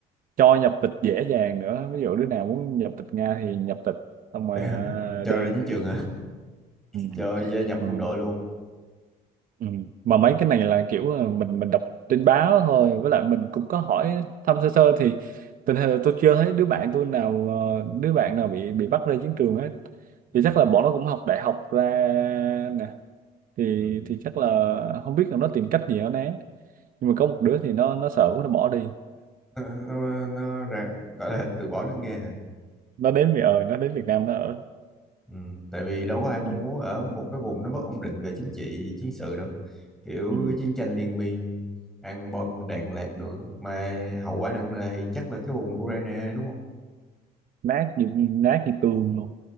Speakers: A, on the right; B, in the centre.
A: cho nhập tịch dễ dàng nữa ví dụ đứa nào muốn nhập tịch Nga thì nhập tịch xong
B: <laughs>
A: rồi
B: Để,
A: ờ,
B: cho
A: đi
B: ra chiến trường hả
A: ừ.
B: cho gia nhập
A: Ừ.
B: quân đội luôn
A: Ừ. Mà mấy cái này là kiểu là mình mình đọc trên báo thôi với lại mình cũng có hỏi thăm sơ sơ thì tình hình là tôi chưa thấy đứa bạn tôi nào ờ, đứa bạn nào bị bị bắt ra chiến trường hết thì
B: ừ.
A: chắc là bọn nó cũng học đại học ra nè thì
B: Ừ.
A: thì chắc là không biết là nó tìm cách gì nó né nhưng mà có một đứa thì nó nó sợ quá nó bỏ đi
B: nó nó, nó ra, gọi là từ bỏ nước nghe hả
A: nó đến Việt ở nó đến Việt Nam nó ở
B: ừ. tại vì đâu có ai mong
A: ừ.
B: muốn ở một cái vùng nó bất ổn định về chính trị chiến sự đâu kiểu
A: Ừ.
B: chiến tranh liên miên ăn bom đạn lạc được mà hậu quả nặng nề thì chắc là cái vùng Ukraine đúng không
A: nát như nát như tường luôn